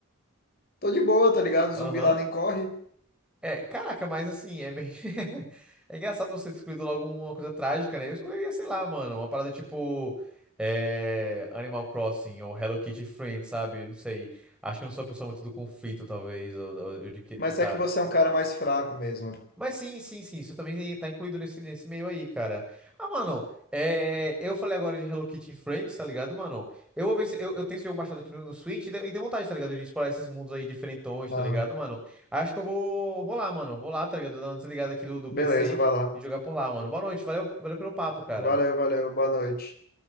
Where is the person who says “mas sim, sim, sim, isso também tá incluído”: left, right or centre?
Centre